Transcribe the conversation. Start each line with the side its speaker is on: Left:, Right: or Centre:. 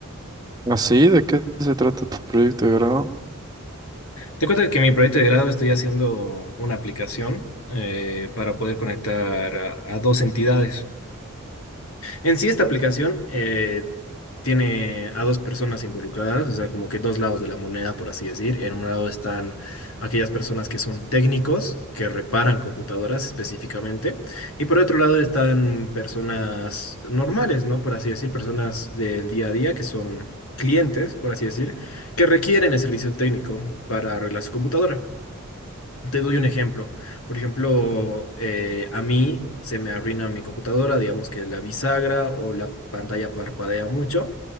Right: ¿Así? ¿De qué se trata tu proyecto de grado?
Left: Te cuento de que mi proyecto de grado estoy haciendo una aplicación eh, para poder conectar a, a dos entidades. En sí, esta aplicación eh, tiene a dos personas involucradas, o sea, como que dos lados de la moneda, por así decir. En un lado están aquellas personas que son técnicos, que reparan computadoras específicamente, y por otro lado están personas normales, ¿no? Por así decir, personas del día a día que son clientes, por así decir, que requieren el servicio técnico para arreglar su computadora. Te doy un ejemplo. Por ejemplo, eh, a mí se me arruina mi computadora, digamos que la bisagra o la pantalla parpadea mucho.